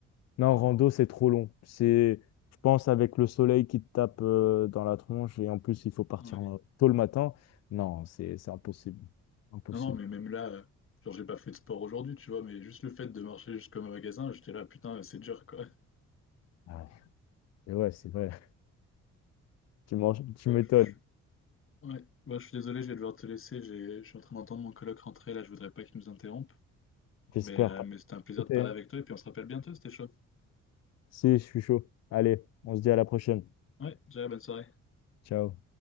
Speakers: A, on the left; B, on the left.
A: Non, rando, c'est trop long. C'est, je pense, avec le soleil qui te tape euh, dans la tronche et en plus, il faut partir
B: Ouais.
A: euh, tôt le matin. Non, c'est, c'est impossible. Impossible.
B: Non, non, mais même là, euh, genre, j'ai pas fait de sport aujourd'hui, tu vois, mais juste le fait de marcher jusqu'au magasin, j'étais là, putain, c'est dur, quoi. <laughs>
A: Ah, Et ouais, c'est vrai. <laughs> Tu manges, tu
B: Bah,
A: m'étonnes.
B: je... Ouais, bah, je suis désolé, je vais devoir te laisser, j'ai... je suis en train d'entendre mon coloc rentrer, là, je voudrais pas qu'il nous interrompe,
A: J'espère
B: mais, euh,
A: pas.
B: mais c'était un plaisir
A: Ok,
B: de parler
A: hein.
B: avec toi, et puis on se rappelle bientôt, c'était chaud.
A: Si, je suis chaud. Allez, on se dit à la prochaine.
B: Ouais, déjà, bonne soirée.
A: Ciao.